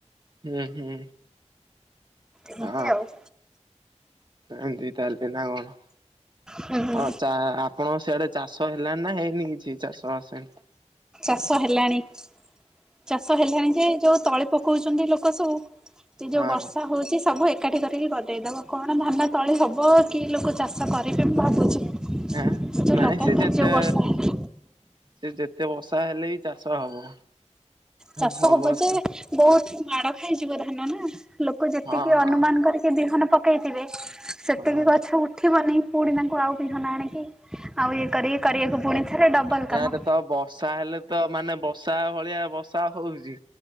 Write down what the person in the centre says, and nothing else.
ଏମିତି
ଆଉ।
ହୁଁ ହୁଁ
ଚାଷ ହେଲାଣି। ଚାଷ ହେଲାଣି ଯେ ଯୋଉ ତଳି ପକଉଛନ୍ତି ଲୋକ ସବୁ ଏଯୋଉ
ବର୍ଷା ହଉଛି ସବୁ ଏ ଏକାଠି କରିକି କରିଦେଇଦବ କଣ ଧାନ ତଳି ହବ କି ଲୋକ ଚାଷ କରିବେ ମୁଁ ଭାବୁଛି।
ଯୋଉ
ଲଗାତାର
ଯୋଉ ବର୍ଷା ହେଲା
ଚାଷ
ହବ
ଯେ ବହୁତ ମାଡ ଖାଇଯିବ ଧାନ ନା ଲୋକ ଯେତିକି
ଅନୁମାନ
କରିକି ବିହନ ପକେଇଥିବେ ସେତିକି
ଗଛ ଉଠିବନି ପୁଣି ତାଙ୍କୁ ଆଉ ଵିହନ ଅଣିକି ଆଉ ଇଏ କରି କରିବାକୁ ପୁଣି ଥରେ ଡବଲ
କାମ।